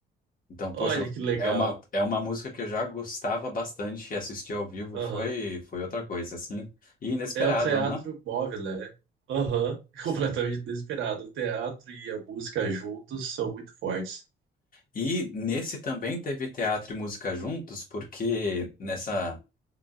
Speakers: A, on the left (about 45°); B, on the right (about 80°).
A: Então, poxa,
B: Olha que legal.
A: é uma, é uma música que eu já gostava bastante e assistir ao vivo
B: Aham.
A: foi, foi outra coisa, assim, e inesperado,
B: É o teatro
A: né?
B: móvel, né? Aham, <laughs>
A: Sim.
B: completamente desesperado. O teatro e a música juntos são muito fortes.
A: E nesse também teve teatro e música juntos, porque nessa,